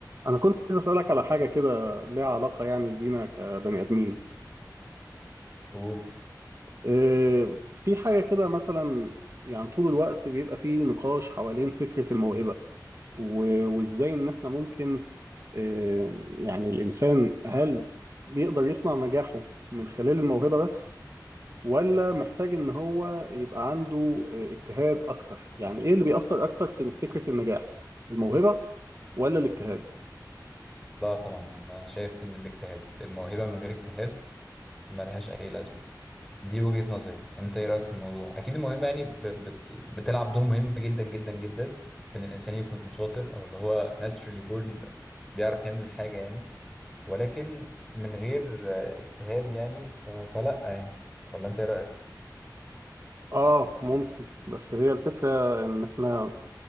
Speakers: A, on the right; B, in the centre.
A: أنا كنت عايز أسألك على حاجة كده ليها علاقة يعني بينا كبني آدمين
B: قول
A: إيه، في حاجة كده مثلا يعني طول الوقت بيبقى فيه نقاش حوالين فكرة الموهبة و- وإزاي إن إحنا ممكن إيه، يعني الإنسان هل بيقدر يصنع نجاحه من خلال الموهبة بس ولا محتاج إن هو يبقى عنده إيه، اجتهاد أكتر يعني إيه اللي بيأثر أكتر في فكرة النجاح الموهبة ولا الاجتهاد؟
B: لا طبعا انا شايف ان الاجتهاد الموهبه من غير اجتهاد ملهاش اي لازمه دي وجهه نظري انت ايه رايك في الموضوع اكيد الموهبه يعني ب- بت- بتلعب دور مهم جدا جدا جدا في ان الانسان يكون شاطر او اللي هو naturally born بيعرف يعمل الحاجه يعني ولكن من غير اجتهاد يعني ف- فلا يعني ولا انت ايه رايك
A: آه ممكن بس هي الفكرة إن إحنا